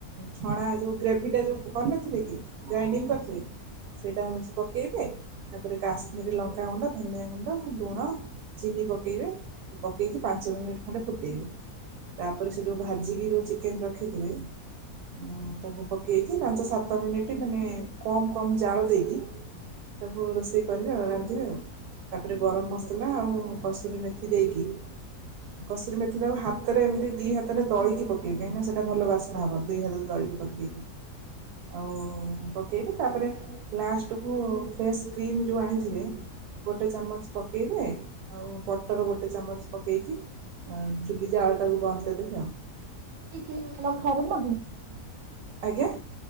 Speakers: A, on the right; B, on the right.
A: ଛଣା ଯେଉ ଗ୍ରେଭିଟା ଯେଉ କରିନଥିଲି କି ଗ୍ରାଇଣ୍ଡିଙ୍ଗ କରିଥିଲେ। ସେଇଟା ହଉଛି ପକେଇବେ ତାପରେ କାଶ ଆମରେ ଲଙ୍କାଗୁଣ୍ଡ ଧନିଆ ଗୁଣ୍ଡ ଲୁଣ ଚିନି ପକେଇବେ ପକେଇକି ପାଞ୍ଚ ମିନିଟ୍ ଖଣ୍ଡେ ତାପରେ ସେ ଯୋଉ ଭାଜିିକି ଯୋଉ ଚିକେନ ରଖିଥିଲେ। ହଁ ତାକୁ ପକେଇକି ପାଞ୍ଚ ସାତ କମ୍ୟୁନିଟୀ ମାନେ କମ୍ କମ୍ ଜାଳ୍ଳ ଦେଇକି ତାକୁ ରୋଷେଇ। ରାନ୍ଧିବେ ଆଉ ତାପରେ ଗରମ ମସଲା ଆଉ କସୁରୀ ମେଥି ଦେଇକି। କସୁରୀ ମେଥି ତାକୁ, ହାତରେ ଏମିତି ଦି ହାତରେ ଦଳକି ପକେଇବି। କାହିଁକି ନା ସେଟା ଭଲ ବାସ୍ନା ହବ। ଦି ହାତରେ ଦଳି ଟିକେ ପକେଇବି। ଆଉ ପକେଇବି। ତା'ପରେ ଲାଷ୍ଟ କୁ ଫ୍ରେଶ୍ କ୍ରିମ ଯୋଉ ଆଣିଥିବେ ଗୋଟେ ଚାମଚ ପକେଇବେ। ଆଉ, ବଟର ଗୋଟେ ଚାମଚ ପକେଇକି ଆ ଚୁଲି ଜାଳ ଟାକୁ ବନ୍ଦ କରିଦେବେ ଆଉ।
B: ଏ କ୍ରିମ୍ ମାଡାମ୍ ଫରେ ମଗେଇଥି?
A: ଆଜ୍ଞା।